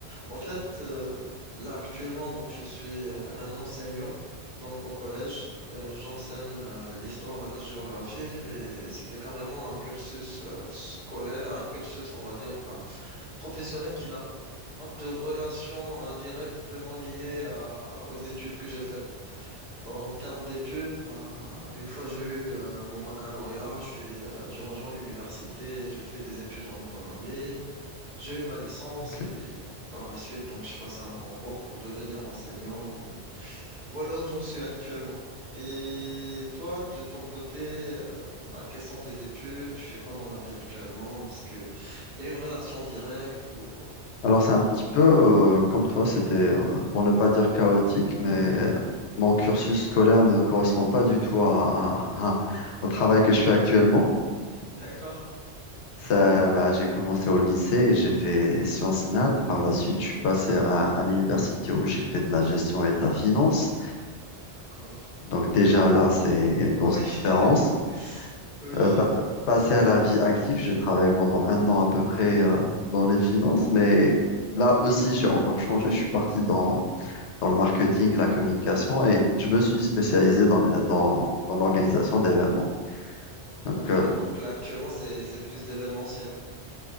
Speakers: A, on the right; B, on the left.
A: En fait, euh, là actuellement, donc je suis euh, un enseignant, donc au collège, Euh, j'enseigne euh, l'histoire et la géographie, mais c'était carrément un cursus euh, scolaire, un cursus, on va dire, euh, professionnel qui n'a pas de relation euh, directement liée à- aux études que j'ai faites. En termes d'études, ben, une fois j'ai eu euh, mon baccalauréat, je suis, euh, j'ai rejoint l'université, j'ai fait des études en économie, j'ai eu ma licence
B: Ok.
A: et par la suite, donc, je passais un concours pour devenir enseignant et voilà où j'en suis actuellement. Et toi, de ton côté, euh, ben, quelles sont tes études? Tu fais quoi dans la vie actuellement? Est-ce que il y a une relation directe ou...
B: Alors c'est un petit peu euh, comme toi, c'était euh, pour ne pas dire chaotique, mais mon cursus scolaire ne correspond pas du tout à, à- à- au travail que je fais actuellement.
A: <laughs> D'accord.
B: Ça, bah, j'ai commencé au lycée, et j'ai fait sciences nat. Par la suite, je suis passé à, à l'université où j'ai fait de la gestion et de la finance.
A: D'accord.
B: Donc déjà là, c'est il y a une grosse
A: Oui.
B: différence.
A: <laughs> Oui.
B: Euh, pa- passé à la vie active, j'ai travaillé pendant un an à peu près euh, dans les finances, mais là aussi, j'ai encore changé. Je suis parti dans dans le marketing, la communication, et je me suis spécialisé dans, le- dans, dans l'organisation d'événements. Donc,
A: Parfait.
B: euh,
A: Donc là, actuellement, c'est c'est plus de l'événementiel.